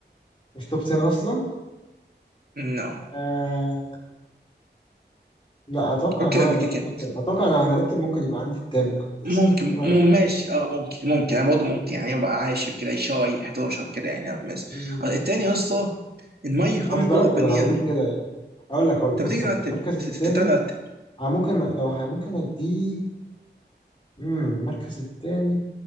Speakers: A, on the left; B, on the right.
A: مش توب 10 أصلا
B: نو no.
A: آه، لا اتوقع
B: اوكي
A: ان هو
B: اوكي
A: هيبقى
B: اوكي
A: في
B: أوكي.
A: التوب 10 اتوقع لو هنرتب ممكن يبقى عندي الثامن او التاسع
B: ممكن
A: انا
B: مم ماشي اه ممكن ممكن انا برضه ممكن يعني يبقى عاشر كده شاي 11 كده يعني بس
A: مم،
B: آه، التاني يا اسطى in my humble
A: انا مش برتب
B: opinion
A: انا بقول كده يعني اقول لك اقول لك
B: طب
A: طب استنى
B: تيجي نرتب
A: المركز الثاني
B: ت- ت- تعالى نرتب
A: انا ممكن لو ه- ممكن اديه امم المركز الثاني